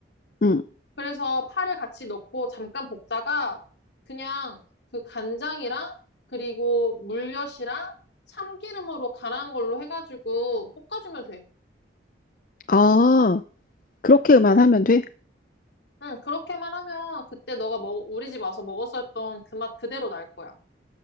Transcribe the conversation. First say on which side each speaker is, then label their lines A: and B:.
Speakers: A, on the left (about 45°); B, on the left (about 65°).
A: 응.
B: 그래서 파를 같이 넣고 잠깐 볶다가 그냥 그 간장이랑 그리고 물엿이랑 참기름으로 간한 걸로 해가지고 볶아주면 돼.
A: 아, 그렇게만 하면 돼?
B: 응, 그렇게만 하면 그때 너가 먹, 우리 집 와서 먹었었던 그 맛 그대로 날 거야.